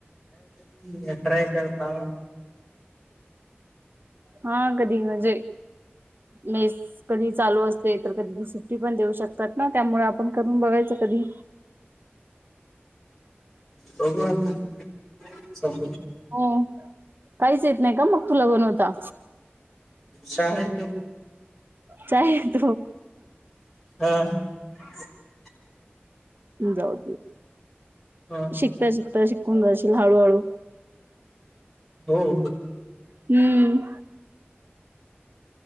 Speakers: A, in the centre; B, on the right.
A: हम् एट्रय काता
B: हा कधी म्हणजे मेस कधी चालू असते तर कधी ती सुट्टी पण देऊ शकते. तात ना त्यामुळे आपण कून बघायचं कधी
A: होघवा का स
B: हो काहीच येत नाही का मग तुला बनवता
A: श आहे त
B: य त
A: ह
B: जाऊ
A: हा
B: शिकता शिकता शिकून जाशील हळूहळू
A: होम
B: हम्म